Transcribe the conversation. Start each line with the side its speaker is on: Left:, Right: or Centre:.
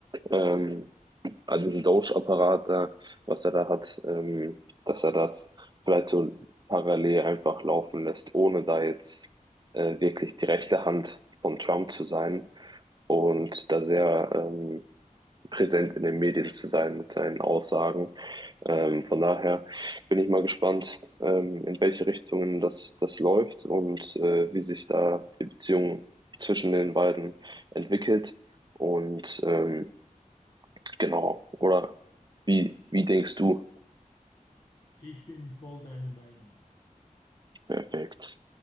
Right: ähm, also diesen Doge-Apparat da, was er da hat, ähm, dass er das vielleicht so parallel einfach laufen lässt, ohne da jetzt äh, wirklich die rechte Hand von Trump zu sein und da sehr ähm, präsent in den Medien zu sein mit seinen Aussagen. Ähm, von daher bin ich mal gespannt, ähm, in welche Richtungen das, das läuft und äh, wie sich da die Beziehung zwischen den beiden entwickelt. Und ähm, genau, oder wie, wie denkst du?
Left: Ich bin voll deiner Meinung.
Right: Perfekt.